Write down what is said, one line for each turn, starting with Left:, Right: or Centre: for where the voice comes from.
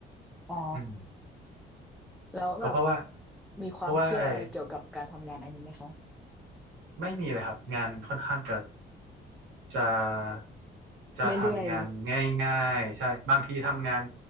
Centre: อ๋อ
Right: อืม
Centre: แล้วแบบ
Right: ก็เพราะว่า
Centre: มีความเครียดอะไรเกี่ยวกับการทำงานอันนี้ไหมคะ
Right: เพราะว่าไอ้ ไม่มีเลยครับงานค่อนข้างจะจะจะทำงาน
Centre: เรื่อยๆ
Right: ง่ายๆใช่บางทีทำงาน